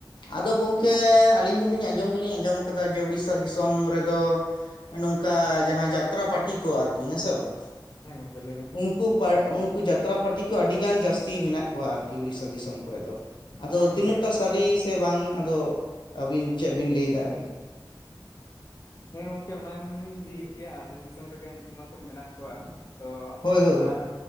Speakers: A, on the left; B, on the left.
A: ᱦᱮᱸ
B: ᱟᱫᱚ ᱜᱚᱝᱠᱮ, ᱮᱻ ᱟᱹᱞᱤᱧ ᱫᱩᱞᱤᱧ ᱟᱸᱡᱚᱢ ᱫᱩᱞᱤᱧ ᱟᱸᱡᱚᱢ ᱠᱟᱫᱟ ᱡᱮ ᱩᱲᱤᱥᱥᱟ ᱫᱤᱥᱚᱢ ᱨᱮᱫᱚ, ᱱᱚᱝᱠᱟ ᱡᱟᱦᱟᱸ ᱡᱟᱛᱨᱟ ᱯᱟᱴᱤ ᱠᱚ ᱟᱨᱠᱤ ᱦᱮᱸ ᱥᱮ ᱵᱟᱝ᱾
A: ᱦᱮᱸ ᱜᱚᱝᱠᱮ ᱞᱮᱵᱮᱱ᱾
B: ᱩᱱᱠᱩ ᱯᱟᱭ ᱩᱱᱠᱩ ᱡᱟᱛᱨᱟ ᱯᱟᱴᱤ ᱠᱚ ᱟᱹᱰᱤ ᱜᱟᱱ ᱡᱟᱹᱥᱛᱤ ᱢᱮᱱᱟᱜ ᱠᱚᱣᱟ ᱟᱨᱠᱤ ᱩᱲᱤᱥᱥᱟ ᱫᱤᱥᱚᱢ ᱠᱚᱨᱮᱫ ᱫᱚ᱾ ᱟᱫᱚ
A: ᱦᱮᱸ ᱜᱚᱝᱠᱮ
B: ᱛᱤᱱᱟᱹᱜᱴᱟ ᱥᱟᱹᱨᱤ ᱥᱮ ᱵᱟᱝ ᱟᱫᱚ ᱟᱹᱵᱤᱱ ᱪᱮᱫ ᱵᱤᱱ ᱞᱟᱹᱭᱫᱟ ᱟᱨᱠᱤ?
A: ᱦᱮᱸ ᱜᱚᱝᱠᱮ ᱚᱱᱟ ᱢᱮᱱᱫᱩᱧ ᱞᱟᱹᱭᱮᱫ ᱜᱮᱭᱟ ᱟᱞᱮ ᱫᱤᱥᱚᱢ ᱨᱮᱜᱮ ᱩᱱᱠᱩ ᱢᱟᱠᱚ ᱢᱮᱱᱟᱜ ᱠᱚᱣᱟ᱾ ᱛᱚ
B: ᱦᱳᱭ ᱦᱳᱭ ᱦᱳᱭ
A: ᱟᱞ